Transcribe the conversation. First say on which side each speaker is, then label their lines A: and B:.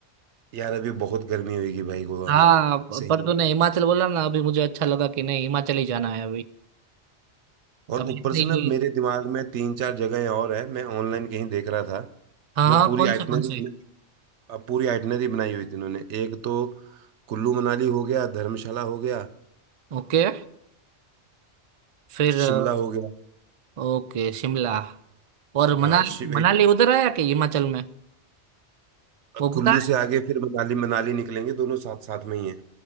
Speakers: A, on the right; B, on the right.
A: यार अभी बहुत गर्मी होगी भाई गोवा
B: हाँ
A: में
B: प-
A: सही
B: पर तूने
A: में
B: हिमाचल बोला ना अभी मुझे अच्छा लगा कि नहीं हिमाचल ही जाना है अभी
A: और
B: अभी
A: ऊपर
B: नहीं
A: से ना मेरे दिमाग में तीन चार जगहें और है मैं ऑनलाइन कहीं देख रहा था
B: हाँ
A: ना
B: हाँ
A: पूरी
B: कौन
A: आइटनरी
B: से कौन से
A: अब पूरी आइटनरी बनाई हुई थी इन्होंने एक तो कुल्लू मनाली हो गया धर्मशाला हो गया
B: ओके फिर
A: शिमला
B: अ,
A: हो गया
B: ओके शिमला और मनाली
A: हाँ शिव
B: मनाली उधर आया कि हिमाचल में वो
A: कुल्लू
B: बता
A: से आगे फिर मनाली मनाली निकलेंगे दोनों साथ साथ में ही है